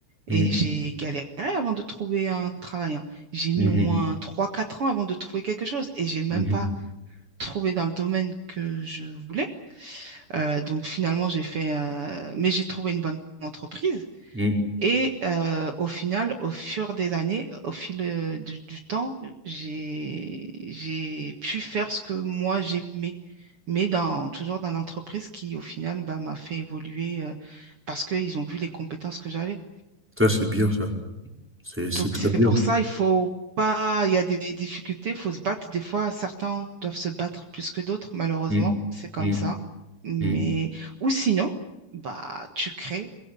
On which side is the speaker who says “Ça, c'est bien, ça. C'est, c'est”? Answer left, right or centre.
Centre